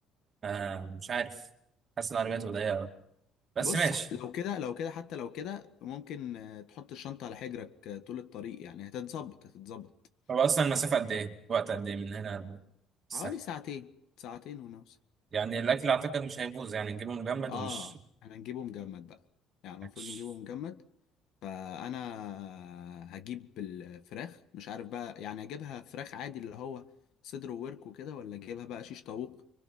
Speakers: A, on the right; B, on the left.
A: آه مش عارف حاسس ان العربية تبقى ضيقة أوي بس
B: بص
A: ماشي
B: لو كده لو كده حتى لو كده ممكن آه، تحط الشنطة على حجرك آه، طول الطريق يعني هتتظبط هتتظبط
A: هو أصلا المسافة قد إيه؟ وقت قد إيه من هنا الساحل؟
B: حوالي ساعتين ساعتين ونوصل
A: يعني الأكل أعتقد مش هيبوظ يعني نجيبه مجمد
B: اه
A: ومش
B: احنا هنجيبه مجمد بقى يعني المفروض
A: مش-
B: نجيبه مجمد فانا هجيب الفراخ مش عارف بقى يعني اجيبها فراخ عادي اللي هو صدر وورك وكده ولا اجيبها بقى شيش طاووق